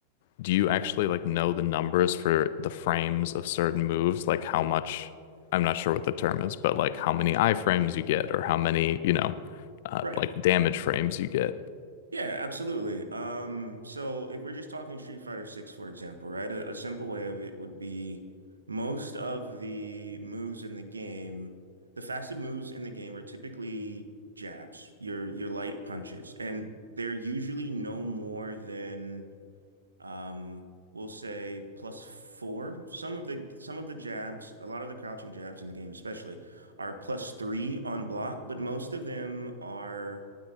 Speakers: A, on the left; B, on the right.
A: do you actually like know the numbers for the frames of certain moves? Like how much, I'm not sure what the term is, but like how many iframes you get or how many, you know, uh,
B: Right.
A: like damage frames you get.
B: Yeah, absolutely. Um, so if we're just talking Street Fighter 6, for example, right? A, a simple way of it would be most of the moves in the game, the fastest moves in the game are typically jabs, your your light punches, and they're usually no more than Um, we'll say plus four. Some of the some of the jabs, a lot of the crouching jabs in the game, especially, are plus three on block, but most of them are,